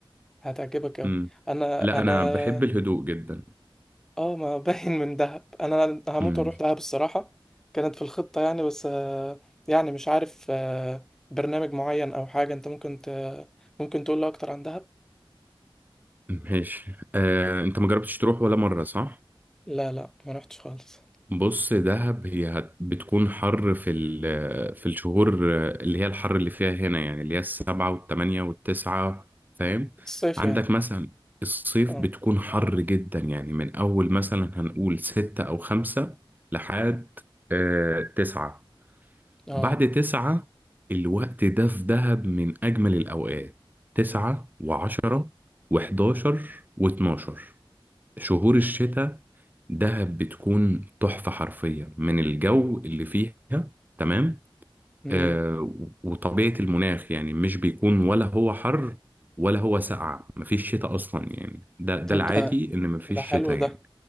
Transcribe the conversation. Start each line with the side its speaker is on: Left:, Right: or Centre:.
Centre: هتعجبك أوي
Right: امم
Centre: أنا
Right: لا
Centre: أنا
Right: انا بحب الهدوء جدا
Centre: اه ما باين من دهب انا هموت
Right: امم
Centre: واروح دهب الصراحه كانت في الخطه يعني بس آه، يعني مش عارف آه، برنامج معين او حاجه انت ممكن ت... ممكن تقول لي اكتر عن دهب
Right: ماشي آه، انت ما جربتش تروح ولا مرة صح
Centre: لا لا ما رحتش خالص
Right: بص دهب هي هت- بتكون حر في ال- في الشهور اللي هي الحر اللي فيها هنا يعني اللي هي السبعة والتمانية والتسعة فاهم
Centre: الصيف
Right: عندك
Centre: يعني
Right: مثلا الصيف
Centre: اه
Right: بتكون حر جدا يعني من أول مثلا هنقول ستة أو خمسة لحد آه تسعة
Centre: اه
Right: بعد تسعة الوقت ده في دهب من أجمل الأوقات تسعة وعشرة وحداشر واتناشر شهور الشتاء دهب بتكون تحفة حرفية من الجو اللي فيها تمام
Centre: امم
Right: آه وطبيعة المناخ يعني مش بيكون ولا هو حر ولا هو ساقع مفيش شتاء أصلا يعني ده ده
Centre: طب
Right: العادي
Centre: ده
Right: إن مفيش
Centre: ده حلو
Right: شتاء
Centre: ده
Right: يعني